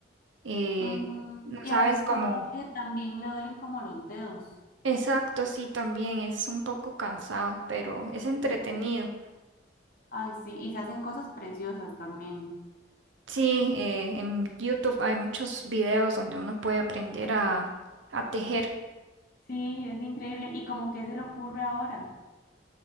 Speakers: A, on the right; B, on the left.
A: Eh,
B: Ujú.
A: no
B: Y
A: sabes
B: a veces
A: cómo.
B: cuando uno teje también le duelen como los dedos.
A: Exacto, sí, también es un poco cansado, pero es
B: Sí,
A: entretenido.
B: Ay, sí, y se hacen cosas preciosas también.
A: Sí, eh, en YouTube hay muchos videos donde uno puede aprender a, a tejer.
B: Sí, es increíble. ¿Y como que se le ocurre ahora?